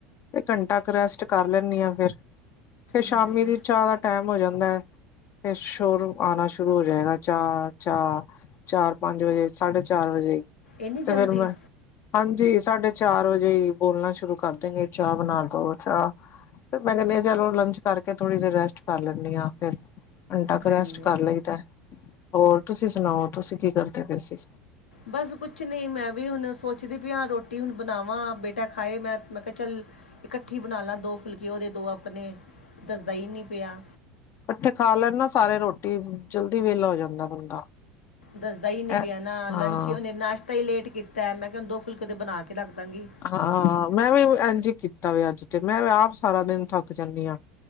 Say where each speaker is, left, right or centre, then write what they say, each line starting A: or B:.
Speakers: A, on the left (about 45°); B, on the left (about 85°).
A: ਇਕ ਘੰਟਾ ਕੁ ਰੈਸਟ ਕਰ ਲੈਂਦੀ ਹਾਂ। ਫੇਰ, ਸ਼ਾਮੀ
B: ਹਾਂਜੀ
A: ਦੀ ਚਾਹ ਦਾ, ਟੈਮ ਹੋ ਜਾਂਦਾ ਹੈ। ਫੇਰ, ਸ਼ੋਰ ਆਉਣਾ ਸ਼ੁਰੂ ਹੋ ਜਾਏਗਾ। ਚਾਹ -ਚਾਹ। ਚਾਰ, ਪੰਜ ਵਜੇ। ਸਾਢੇ ਚਾਰ ਵਜੇ।
B: ਇੰਨੀ
A: ਤੇ
B: ਜਲਦੀ।
A: ਫਿਰ ਮੈਂ ਹਾਂਜੀ। ਸਾਡੇ ਚਾਰ ਵਜੇ ਹੀ, ਬੋਲਣਾ ਸ਼ੁਰੂ ਕਰ ਦੇਣਗੇ। ਚਾਹ ਬਣਾ ਦੋ ਚਾਹ। ਫੇਰ ਮੈਂ ਕਹਿੰਦੀ ਹਾਂ, ਚਲ ਹੁਣ ਲੰਚ ਕਰਕੇ। ਥੋੜੀ ਦੇਰ ਰੈਸਟ ਕਰ ਲੈਂਦੀ ਹਾਂ, ਫੇਰ। ਘਂਟਾ ਕੁ
B: ਹਾਂਜੀ
A: ਰੈਸਟ ਕਰ ਲਈ ਦਾ ਏ। ਹੋਰ ਤੁਸੀਂ ਸੁਣਾਓ, ਤੁਸੀਂ ਕੀ ਕਰਦੇ ਪਏ ਸੀ?
B: ਬਸ ਕੁਛ ਨੀ। ਮੈਂ ਵੀ ਹੁਣ, ਸੋਚਦੀ ਪਈ ਹਾਂ। ਰੋਟੀ ਹੁਣ ਬਣਾਵਾਂ, ਬੇਟਾ ਖਾਏ। ਮੈਂ, ਮੈਂ ਕਿਹਾ ਚੱਲ। ਇਕੱਠੀ ਬਣਾ ਲਾ। ਦੋ ਫੁਲਕੇ ਉਹਦੇ, ਦੋ ਆਪਣੇ, ਦੱਸਦਾ ਹੀ, ਨਹੀਂ ਪਿਆ।
A: ਪੱਠੇ ਖਾ ਲੈਣ ਨਾ, ਸਾਰੇ ਰੋਟੀ। ਜਲਦੀ ਵਿਹਲਾ ਹੋ ਜਾਂਦਾ ਬੰਦਾ।
B: ਦੱਸਦਾ ਹੀ ਨਹੀਂ ਪਿਆ
A: ਇਹ
B: ਨਾ। ਲੰਚ
A: ਹਾਂ
B: ਉਹਨੇ, ਨਾਸ਼ਤਾ ਹੀ ਲੇਟ ਕੀਤਾ। ਮੈਂ ਕਿਹਾਹ ਹੁਣ ਦੋ ਫੁੱਲਕੇ ਓਦੇ, ਬਣਾ ਕੇ ਰੱਖ ਦਾਂਗੀ।
A: ਹਾਂ। ਮੈਂ ਵੀ, ਇੰਝ ਕੀਤਾ ਵੇ। ਅੱਜ ਤੇ, ਮੈਂ ਵੀ, ਆਪ ਸਾਰਾ ਦਿਨ ਥੱਕ ਜਾਂਦੀ ਹਾਂ।